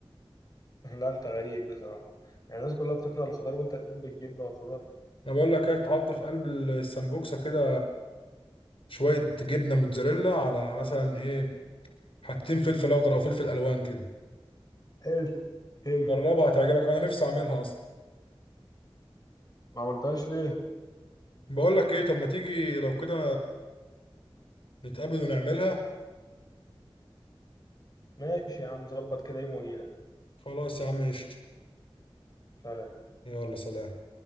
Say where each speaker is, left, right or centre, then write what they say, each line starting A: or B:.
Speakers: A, on the left; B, on the left.
A: <laughs> لا أنت غريب بصراحة يعني الناس كلها بتكره الخضار وأنت تحب الجبنة والخضار
B: انا بقول لك ايه تحط في قلب السمبوكسه كده شويه جبنه موتزاريلا على مثلا ايه حتتين فلفل اخضر او فلفل الوان كده
A: حلو حلو
B: جربها هتعجبك انا نفسي اعملها اصلا
A: ما عملتهاش ليه
B: بقول لك ايه طب ما تيجي لو كده نتقابل ونعملها
A: ماشي يا عم ظبط كده يوم وأجيلك
B: خلاص يا عم قشطه
A: سلام
B: يلا سلام